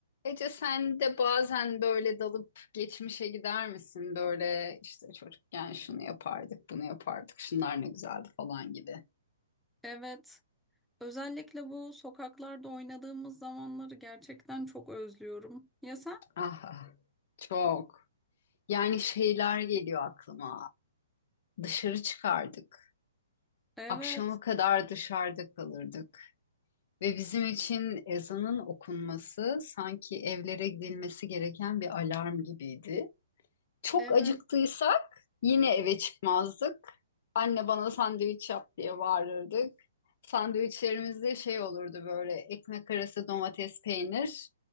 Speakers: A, on the left; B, in the centre.
A: Ece sen de bazen böyle dalıp geçmişe gider misin? Böyle işte çocukken şunu yapardık, bunu yapardık, şunlar ne güzeldi falan gibi.
B: Evet. Özellikle bu sokaklarda oynadığımız zamanları gerçekten çok özlüyorum. Ya sen?
A: Ah, ah, çok. Yani şeyler geliyor aklıma. Dışarı çıkardık.
B: Evet.
A: Akşama kadar dışarıda kalırdık. Ve bizim için ezanın okunması sanki evlere gidilmesi gereken bir alarm gibiydi. Çok
B: Evet.
A: acıktıysak yine eve çıkmazdık. Anne bana sandviç yap diye bağırırdık. Sandviçlerimizde şey olurdu böyle ekmek arası domates peynir